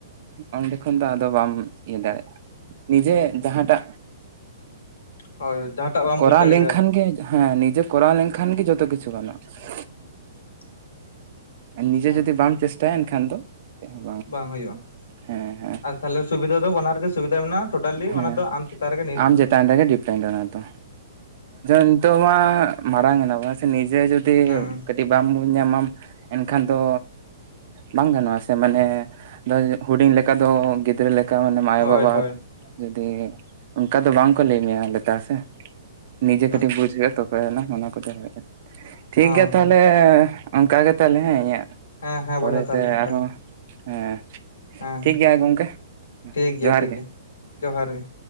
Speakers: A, on the right (about 50°); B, on the left (about 85°).
A: ᱚᱸᱰᱮ ᱠᱷᱚᱱ ᱫᱚ ᱟᱫᱚ ᱵᱟᱢ ᱤᱭᱟᱹ ᱫᱟᱲᱮᱭᱟᱜᱼᱟ᱾ ᱱᱤᱡᱮ ᱡᱟᱦᱟᱸᱴᱟᱜ
B: ᱦᱳᱭ ᱡᱟᱦᱟᱸᱴᱟᱜ ᱵᱟᱢ
A: ᱠᱚᱨᱟᱣ
B: ᱵᱩᱡᱽ ᱫᱟᱲᱮ
A: ᱞᱮᱱᱠᱷᱟᱱ
B: ᱠᱟᱣᱫᱟ
A: ᱜᱮ ᱦᱮᱸ ᱱᱤᱡᱮ ᱠᱚᱨᱟᱣ ᱞᱮᱱᱠᱷᱟᱱ ᱜᱮ ᱡᱚᱛᱚ ᱠᱤᱪᱷᱩ ᱜᱟᱱᱚᱜᱼᱟ᱾
B: <inaudible>
A: ᱱᱤᱡᱮ
B: ᱟᱪᱪᱷᱟ
A: ᱡᱩᱫᱤ ᱵᱟᱢ ᱪᱮᱥᱴᱟᱭᱟ ᱮᱱᱠᱷᱟᱱ ᱫᱚ ᱪᱮᱫ ᱦᱚᱸ
B: ᱵᱟᱝ ᱦᱩᱭᱩᱜᱼᱟ
A: ᱦᱮᱸ ᱦᱮᱸ
B: ᱟᱨ ᱛᱟᱦᱚᱞᱮ ᱥᱩᱵᱤᱫᱟ ᱫᱚ ᱵᱟᱱᱟᱨᱜᱮ ᱥᱩᱵᱤᱫᱟ ᱢᱮᱱᱟᱜᱼᱟ᱾ ᱴᱳᱴᱟᱞᱤ
A: ᱦᱮᱸ
B: ᱚᱱᱟ ᱫᱚ ᱟᱢ ᱪᱮᱛᱟᱱ ᱨᱮᱜᱮ ᱱᱤᱨᱵᱷᱚᱨ
A: ᱟᱢ ᱪᱮᱛᱟᱱ ᱨᱮᱜᱮ ᱰᱤᱯᱮᱱᱰ ᱚᱱᱟ ᱫᱚ ᱱᱤᱛᱚᱜ ᱢᱟ ᱢᱟᱨᱟᱝ ᱮᱱᱟ ᱵᱟᱝ ᱥᱮ ᱱᱤᱡᱮ ᱡᱚᱫᱤᱼᱼ
B: ᱦᱮᱸ
A: ᱵᱟᱢ ᱵᱩᱡ ᱧᱟᱢᱟᱢ ᱮᱱᱠᱷᱟᱱ ᱫᱚ ᱵᱟᱝ ᱜᱟᱱᱚᱜᱼᱟ ᱥᱮ ᱢᱟᱱᱮᱼᱼ ᱟᱫᱚ ᱦᱩᱰᱤᱧ ᱞᱮᱠᱟ ᱫᱚ ᱜᱤᱫᱽᱨᱟᱹ ᱞᱮᱠᱟ ᱢᱟᱱᱮ ᱢᱟᱭᱳᱼᱵᱟᱵᱟ
B: ᱦᱳᱭ ᱦᱳᱭ
A: ᱡᱩᱫᱤ ᱚᱱᱠᱟ ᱫᱚ ᱵᱟᱝ ᱠᱚ ᱞᱟᱹᱭ ᱢᱮᱭᱟ ᱞᱮᱛᱟ ᱥᱮ ᱱᱤᱡᱮ ᱠᱟᱹᱴᱤᱡ
B: ᱦᱚᱸ
A: ᱵᱩᱡ ᱦᱩᱭᱩᱜᱼᱟ ᱛᱚᱼᱼ ᱚᱱᱟ ᱠᱚᱫᱚ ᱴᱷᱤᱠ
B: ᱦᱚᱸ
A: ᱜᱮᱭᱟ ᱛᱟᱦᱚᱞᱮ ᱚᱱᱠᱟ ᱜᱮᱮ ᱛᱟᱦᱚᱞᱮ ᱦᱮᱸ ᱤᱧᱟᱹᱜᱼᱼ
B: ᱦᱮᱸ ᱦᱮᱸ
A: ᱯᱚᱨᱮᱛᱮ
B: ᱵᱚᱭᱦᱟ ᱛᱟᱦᱚᱞᱮ ᱚᱱᱠᱟ
A: ᱟᱨᱦᱚᱸ
B: ᱜᱮ
A: ᱦᱮᱸᱼᱼ
B: ᱦᱮᱸ
A: ᱴᱷᱤᱠᱜᱮᱭᱟ
B: ᱦᱮᱸ
A: ᱜᱚᱝᱠᱮ
B: ᱴᱷᱤᱠ ᱜᱮᱭᱟ
A: ᱡᱚᱦᱟᱨ
B: ᱴᱷᱤᱠ
A: ᱜᱮᱼᱼ
B: ᱜᱮᱭᱟ ᱡᱚᱦᱟᱨ ᱜᱮᱼᱼ